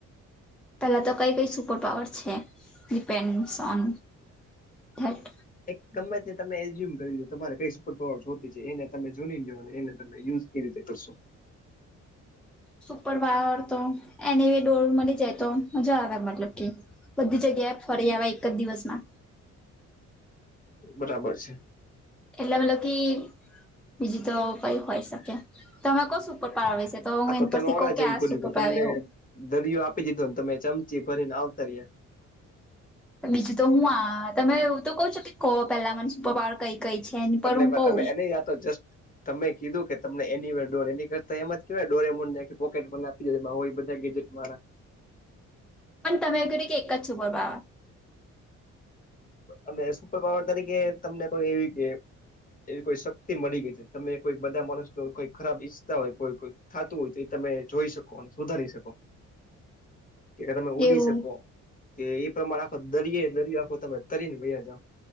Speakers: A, in the centre; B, on the left (about 25°).
A: પેલા તો કઈ કઈ સુપર પાવર છે ડિપેન્ડસ ઓન ઘટ.
B: એક ગમે તે તમે એઝ્યુમ કરી લ્યો તમારે કઈ સુપર પાવર જોતી છે એને તમે જુની લો અને એને તમે યુઝ કેવી રીતે કરશો.
A: સુપર પાવર તો એનીવે ડોળ મળી જાય તો મજા આવે મતલબ કે. બધી જગ્યાએ ફરી આવે એક જ દિવસમાં
B: બરાબર છે.
A: એટલે મતલબ કી બીજું તો કઈ હોય શકે તમે કો સુપર પાવર વિશે. તે તો હું
B: આ
A: એની પરથી
B: તમે ઓલા
A: કઉ કે
B: જેવું
A: આ
B: કર્યું
A: સુપર પાવર
B: તમને
A: હોઉ.
B: દરિયો આપી દીધો ને તમે ચમચી ભરીને આવતા રયા.
A: બીજું તો હું આ તમે એવું તો કઉ છો કે કો પેલા મને સુપર પાવર કઈ કઈ છે. પર
B: અગલે
A: હું
B: મા
A: કહ
B: તમે એને યા તો જસ્ટ. તમે કીધું કે તમને એની વર ડોર એની કરતા એમ જ કેવાય ડોરેમોને જાકે પોકેટ બનાય. એમાં હોય એ બધા ગેજેટ વારા.
A: પણ તમે કર કે એક જ સુપર પાવર.
B: અમે સુપર પાવર તરીકે તમને કોઈ એવી કે. એવી કોઈ શક્તિ મળી ગઈ છે તમે કોઈ બધા માણસ ન કોઈ ખરાબ ઈચ્છતા હોય કોઈ કોઈ. થાતું હોય તો એ તમે જોઈ શકો અને સુધારી શકો.
A: <unintelligible>
B: કે તમે ઉડી
A: એવું
B: શકો કે એ પ્રમાણે આખો દરિયે દરિયો આખો તમે તરીને વૈયા જાવ.